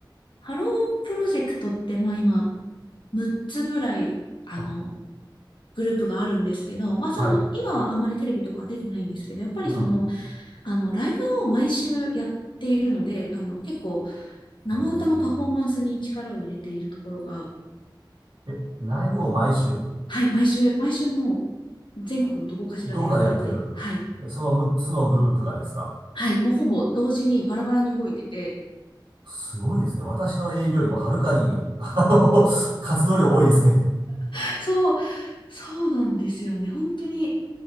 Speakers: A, on the left; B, on the right.
A: ハロープロジェクトって、まあ今、6つぐらい、あの、
B: あ、
A: グループがあるんですけど、まあその、
B: はい。う
A: 今はあんまりテレビとかは出てないんですけど、やっぱりその、
B: ん。
A: あの、ライブを毎週やっているので、あの、結構、生歌のパフォーマンスに力を入れているところが、
B: おーえ、ライブを毎週、
A: はい、毎週、毎週もう、全国のどこかしらでやっていて、
B: どうかでやってる。
A: はい、
B: えその6つのグループがですか
A: はい、もうほぼ同時にバラバラに動いてて、
B: すごいですね。私の営業よりもはるかに、あの、<laughs> 活動量多いですね。
A: <laughs> そう、そうなんですよね。本当に。